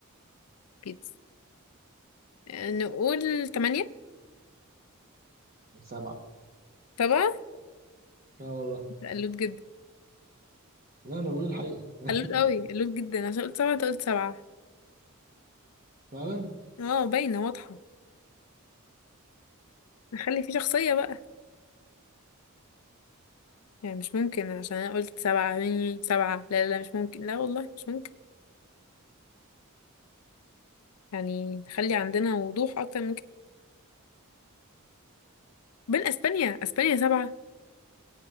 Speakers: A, on the left; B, on the right.
A: بيتزا آه، نقول تمانية
B: سبعة
A: سبعة
B: لا والله
A: قلوت جدا
B: لا انا بقول الحقيقة <laughs>
A: قلوت قوي قلوت جدا عشان قلت سبعة انت قلت سبعة
B: فعلا
A: اه باينة واضحة نخلي فيه شخصية بقى يعني مش ممكن عشان انا قلت سبعة مني سبعة لا لا لا مش ممكن لا والله مش ممكن يعني نخلي عندنا وضوح اكتر من كده بين اسبانيا اسبانيا سبعة